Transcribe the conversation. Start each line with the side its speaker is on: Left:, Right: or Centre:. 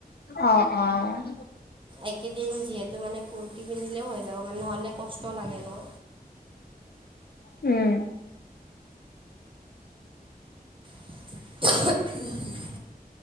Left: অ', অ'।
Right: একেদিন যিহেতু মানে কুুৰ্তি পিন্ধিলেও হৈ যাব মানে নহ'লে কষ্ট লাগে ন'।
Left: উম।
Right: <inaudible>